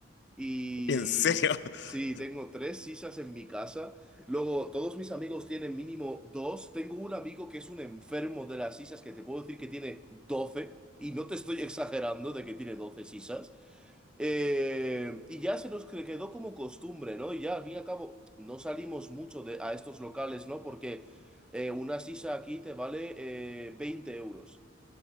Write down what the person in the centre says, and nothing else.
Y
sí, tengo tres sisas en mi casa. Luego, todos mis amigos tienen mínimo dos. Tengo un amigo que es un enfermo de las sisas que te puedo decir que tiene doce Y no te estoy exagerando de que tiene 12 sisas. Eh, y ya se nos cre- quedó como costumbre, ¿no? Y ya al fin y al cabo no salimos mucho de, a estos locales, ¿no? Porque eh, una sisa aquí te vale eh, 20 euros.